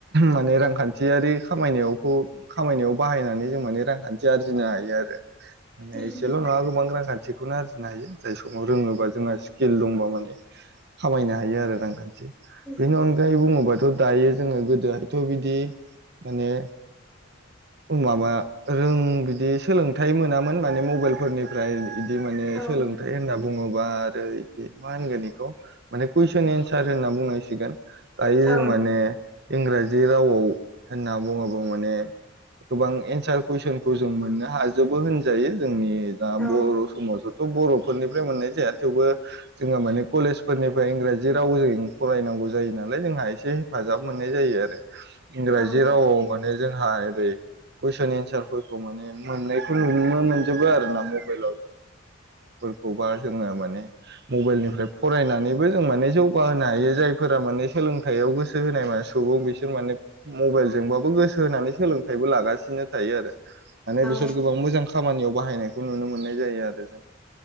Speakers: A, on the right (about 55°); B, in the centre.
A: माने रांखान्थियारि खामायनायावखौ खामायनायाव बाहायनानै जों माने रांखान्थि आरजिनो हायो आरो माने
B: उम
A: एसेल' नङा गोबां रांखान्थिखौनो आरजिनो हायो। जाय समाव रोङोबा जोंना स्किल दंबा माने खामायनो हायो आरो रांखान्थि।
B: उम
A: बेनि अनगायै बुङोबाथ' दायो जोङो गोदोहायथ' बिदि माने ओ माबा रों बिदि सोलोंथाइ मोनामोन माने मबेइलफोरनिफ्राय <unintelligible> माने
B: औ
A: सोलों होनना बुङोबा आरो इदि मा होनगोन बेखौ माने कुइसन एन्सार होनना बुंनांसिगोन। दायो जों
B: औ
A: माने इंराजि रावआव होनना बुङोबा माने गोबां एन्सार कुइसनखौ जों मोननो हाजोबो होनजायो जोंनि दा
B: औ
A: बर' समाजथ' बर' फोरनिफ्राय मोननाय जाया थेवबो जोङो माने कलेजफोरनिफ्राय इंराजि रावजों फरायनांगौ जायो ना <unintelligible> जोंहा एसे हेफाजाब मोननाय जायो आरो इंराजि
B: औ
A: रावआव <unintelligible> जोंहा ओरै कुइनस एन्सारफोरखौ माने मोननायखौ नुनो मोन जोबो आरोना मबाइलाव <unintelligible> खौबा जोङो माने मबाइलनिफ्राय फरायनानैबो जों माने जौगाहोनो हायो। जायफोरा माने सोलोंथायाव गोसो होनाय मान सुबुं बिसोर माने मबाइलजोंबाबो गोसो होनानै सोलोंथायबो लागासिनो ओ थायो आरो। माने
B: औ
A: बिसोर गोबां मोजां खामानियाव बाहायनायखौ नुनो मोननाय जायो आरो जों।